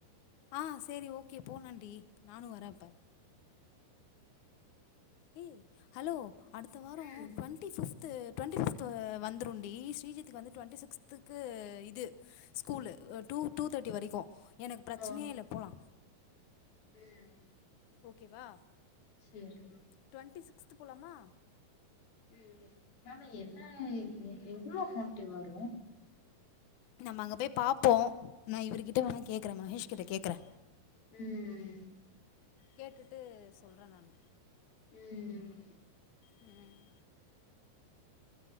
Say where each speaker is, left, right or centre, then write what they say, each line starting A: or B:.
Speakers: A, on the left; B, on the left.
A: ஆ செரி ஓகே போலான்டி நானு வரே அப்ப ஏ ஹலோ அடுத்த வாரம்
B: ம்
A: twenty fifth twenty fifth வந்துருண்டி ஸ்ரீஜித்க்கு வந்து டுவெண்டி சிகஸ்த்துக்கு இது ஸ்கூலு டூ டூ தேர்ட்டி வரைக்கு எனக்கு பிரச்சனையே
B: ஓ
A: இல்ல போலா
B: ம்
A: ஓகேவா
B: சேர்
A: டுவெண்ட்டி சிக்ஸ்த்து போலாமா
B: ம் ஆனா என்ன எவ்வளோ அமௌண்ட்டு வரு
A: நம்ம அங்க போய் பாப்போ நான் இவருகிட்ட வேணா கேக்குறே மகேஷ் கிட்ட கேக்குறே
B: ம்
A: கேட்டுட்டு சொல்றே நானு
B: ம்
A: ம்